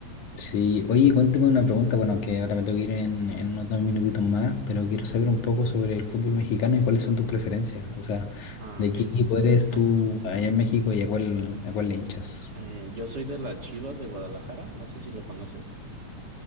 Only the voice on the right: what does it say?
Ah,
ok.
<laughs>
Eh, yo soy de las Chivas de Guadalajara, no sé si lo conoces.